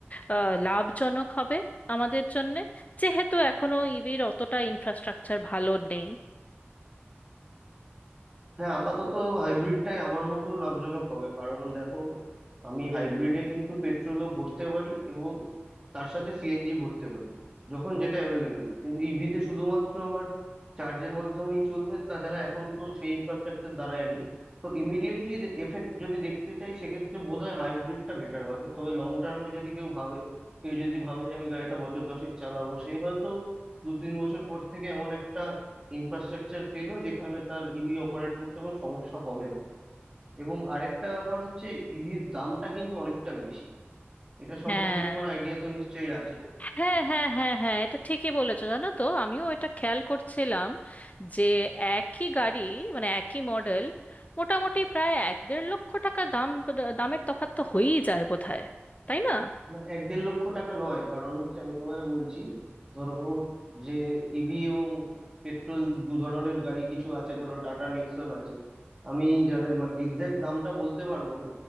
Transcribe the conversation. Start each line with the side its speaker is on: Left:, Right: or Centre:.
Left: আহ, লাভজনক হবে আমাদের জন্যে যেহেতু এখনো ইভির অতটা ইনফ্রাস্ট্রাকচার ভালো নেই
Right: হ্যাঁ আপাতত হাইব্রিডটাই আমার মতো লাভজনক হবে কারণ দেখো আমি হাইব্রিডে কিন্তু পেট্রোলও ভরতে পারি এবং তার সাথে সিএনজি ভরতে পারি যখন যেটা অ্যাভেলেবেল কিন্তু ইভিতে শুধুমাত্র আমার চার্জের মাধ্যমেই চলবে তাছাড়া এখন তো সেই ইনফ্রাস্ট্রাকচার দাঁড়ায়নি তো ইমিডিয়েটলি এফেক্ট যদি দেখতে চাই সেক্ষেত্রে বোধহয় হাইব্রিডটা বেটার হবে তবে লং টার্মে যদি কেউ ভাবে কেউ যদি ভাবে যে আমি গাড়িটা বছর দশেক চালাবো সে হয়তো দু তিন বছর পর থেকে এমন একটা ইনফ্রাস্ট্রাকচার পেলো যেখানে তার ইভি অপারেট করতে কোনো সমস্যা হবে না এবং আরেকটা ব্যাপার হচ্ছে ইভির দামটা কিন্তু অনেকটা বেশি এটা সম্পর্কে
Left: হ্যাঁ
Right: তোমার আইডিয়া তো নিশ্চয়ই আছে
Left: হ্যাঁ হ্যাঁ হ্যাঁ হ্যাঁ এটা ঠিকই বলেছো জানো তো আমিও এটা খেয়াল করছিলাম যে একই গাড়ি মানে একই মডেল মোটামুটি প্রায় এক দেড় লক্ষ টাকা দাম দামের তফাৎ তো হয়েই যায় বোধহয় তাই না
Right: না এক দেড় লক্ষ টাকা নয় কারণ হচ্ছে আমি তোমায় বলছি ধরো যে ইভি এবং পেট্রোল দু ধরনের গাড়ি কিছু আছে ধরো টাটা নেক্সন আছে আমি যাদের মানে এক্স্যাক্ট দামটা বলতে পারবো না